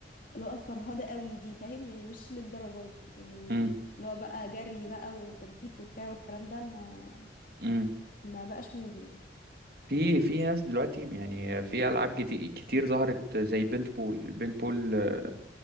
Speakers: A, on the left; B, on the right.
A: اللي هو الفرهدة قوي دي فاهم يعني مش للدرجة دي يعني
B: م-
A: اللي هو بقى جري بقى وتنطيط وبتاع والكلام ده ما
B: م- م.
A: ما بقاش مودي يعني
B: في في ناس دلوقتي يعني في العاب جت- كتير ظهرت زي بنت بول بنت بول آه،